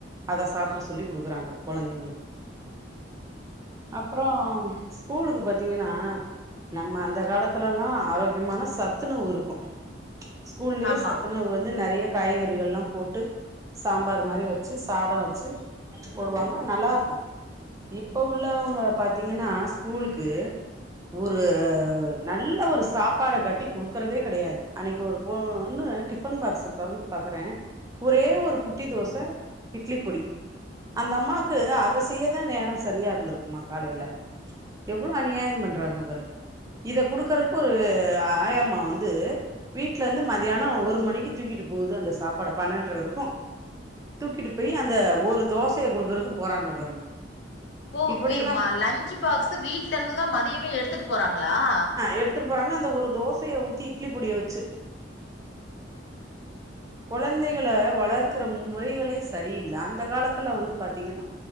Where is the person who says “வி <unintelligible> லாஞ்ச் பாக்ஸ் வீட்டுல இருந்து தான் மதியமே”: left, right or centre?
Left